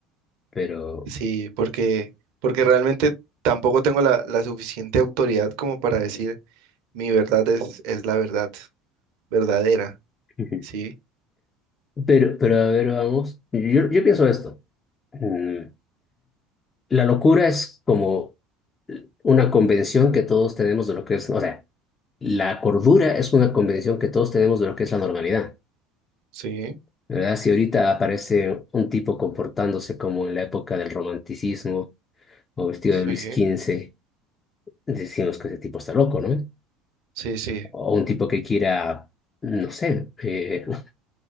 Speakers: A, on the left; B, on the right.
A: pero,
B: Sí, porque, porque realmente tampoco tengo la, la suficiente autoridad como para decir mi verdad es, es la verdad verdadera.
A: <laughs> Ujú.
B: Sí,
A: pero, pero a ver, vamos. Yo, yo pienso esto. Mm, La locura es como una convención que todos tenemos de lo que es, o sea, la cordura es una convención que todos tenemos de lo que es la normalidad.
B: sí,
A: ¿verdad? Si ahorita aparece un tipo comportándose como en la época del romanticismo o vestido
B: sí,
A: de Luis XV, decimos que ese tipo está loco, ¿no?
B: sí, sí,
A: O un tipo que quiera, no sé, eh, <laughs>